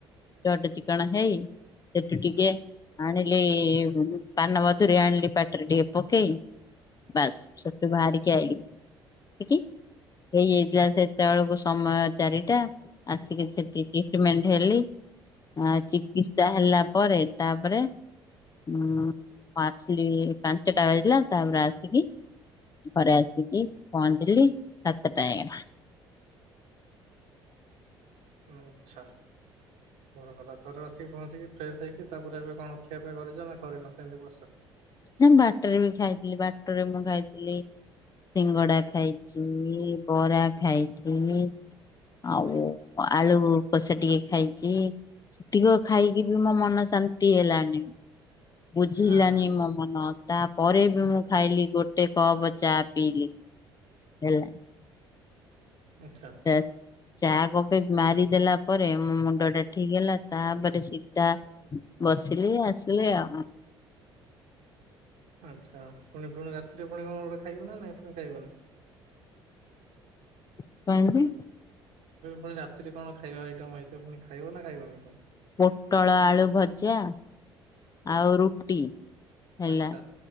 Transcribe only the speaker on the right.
ଆଚ୍ଛା।
<unintelligible> କଲା ଘରେ ଆସିକି ପହଞ୍ଚିକି ଫ୍ରେଶ୍ ହେଇକି ତାପରେ ଏବେ କଣ ଖିଆ ପିଆ କରିଛ ନା କରିନ ସେମିତି ବସିଛ।
ଆଁ
ଆଚ୍ଛା।
ଆଚ୍ଛା ପୁଣି ପୁଣି ରାତିରେ ପୁଣି କଣ ଗୋଟେ ଖାଇବ ନା ନାଇଁ ପୁଣି ଖାଇବନି?
ପୁଣି ରାତିରେ କଣ ଖାଇବା ଆଇଟମ୍ ହେଇଥିବ ପୁଣି ଖାଇବ ନା ଖାଇବନି ପୁଣି?
ଆଚ୍ଛା